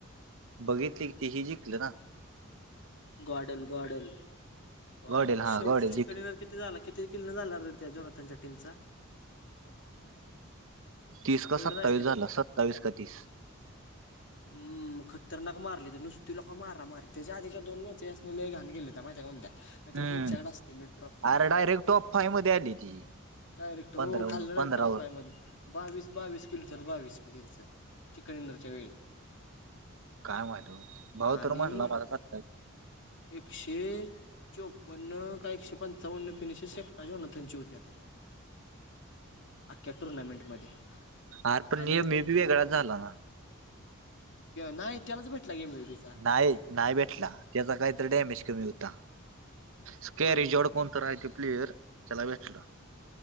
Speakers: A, on the right; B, on the left.
A: बघितली कितीही जिंकलं ना.
B: गॉडल गॉडल गॉडल
A: गॉडेल हा
B: शेवटचं
A: गॉडेल
B: चिक
A: जिंकली
B: कधी झालय, किती झाला किती केिल्ले झाला र त्या जोणात त्यांच्या टीमचा?
A: तीस का
B: एवढं
A: सत्तावीस
B: नाहीच की बघ
A: झाला सत्तावीस का तीस
B: हम् खतरनाक मारली तर नुसती लेका मारा मार त्याच्या आध, दोन म्या चे असलेले लयी घाण गेले माहितय काय ओ़मध्या नाहींतर
A: हम्म
B: हेंच्याकड असतय मेन ट्रॉपी
A: अरे
B: लेका.
A: डायरेक्ट टॉप फाईव्ह मध्ये आली ती
B: डायरेक्ट
A: पंधरावर
B: हो खाल्ल
A: पंधरावर
B: टॉप फाय मध्ये बावीस बावीस किलच तर बावीस किलचं चिकन इंदरच्या वेळी
A: काय माहित भाऊ
B: आणि
A: तर म्हटलं माझ सत्ताच
B: एकशे चोपन्न काय एकशे पंचावन्न फिनिशस एकटा जेवणात तेंची होत्यात. अख्ख्या टुर्नामेंटमध्ये.
A: आर पण
B: आणि
A: नियमी बी वेगळाच झाला ना.
B: नाही त्यालाच भेटला गे <unintelligible>
A: नाही नाही भेटला त्याचा काहीतरी डॅमेज कमी होता स्कँरेज
B: होय
A: एवढ कोण तर आहे ते प्लेयर त्याला भेटलं.